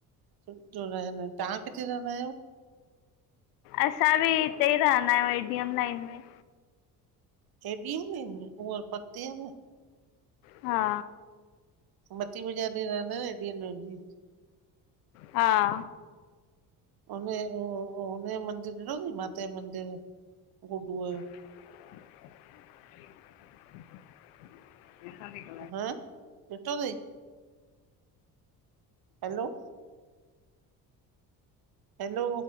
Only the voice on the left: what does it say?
असां बि हिते ई रहंदा आहियूं एडीएम लाइन में।
हा।
हा।
<inaudible> <unintelligible>